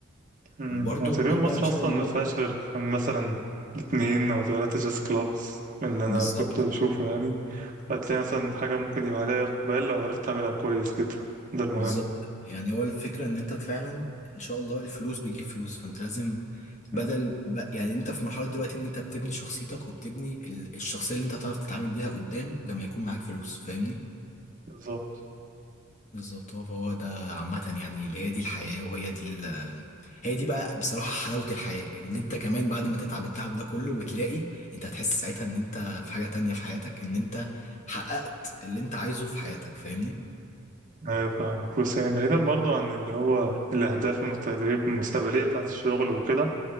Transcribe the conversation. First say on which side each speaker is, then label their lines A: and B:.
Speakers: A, on the right; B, on the left.
A: مم.
B: وبرضه
A: هو تقريبا
B: هكون
A: مصر
B: بقى ان مم. شاء
A: أصلا
B: الله
A: ما فيهاش غير مثلا اتنين أو تلاتة جاز كلابس من اللي أنا
B: بالظبط
A: كنت بشوفه يعني هتلاقي مثلا حاجة ممكن يبقى عليها إقبال لو عرفت تعملها كويس جدا ده المهم
B: بالظبط يعني هو الفكره ان انت فعلا ان شاء الله الفلوس بتجيب فلوس فانت لازم
A: مم.
B: بدل ب- يعني انت في مرحله دلوقتي ان انت بتبني شخصيتك وبتبني ال- الشخصيه اللي انت هتعرف تتعامل بيها قدام لما يكون معاك فلوس فاهمني
A: بالظبط
B: بالظبط هو هو ده عامة يعني اللي هي دي الحياة وهي دي ال هي دي بقى بصراحة حلاوة الحياة ان انت كمان بعد ما تتعب التعب ده كله وتلاقي انت هتحس ساعتها ان انت في حاجة تانية في حياتك ان انت حققت اللي انت عايزه في حياتك فاهمني؟
A: أيوة فاهمك بص يعني بعيدا برضو عن اللي هو الأهداف المستقبلية المستقبلية بتاعة الشغل وكده